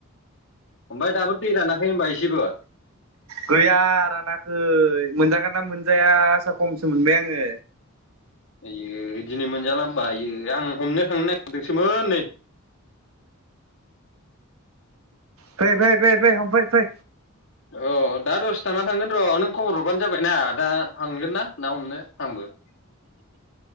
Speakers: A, on the left; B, on the right.
A: ओमफ्राय दाबो दै रानाखै होनबा एसेबो?
B: गैया रानाखै। मोनजागोन ना मोनजाया आसा खमसो मोनबाय आङो।
A: आइयै दिनै मोनजाला होमबा आयो आं हमनो थांनो नागिरदोंसोमोन नै।
B: फैै फै हमफै फै।
A: अ दा दसथाना थांगोन र' नों खबर हरबानो जाबाय ना दा थांगोन ना ना हमनो आंबो। <inaudible>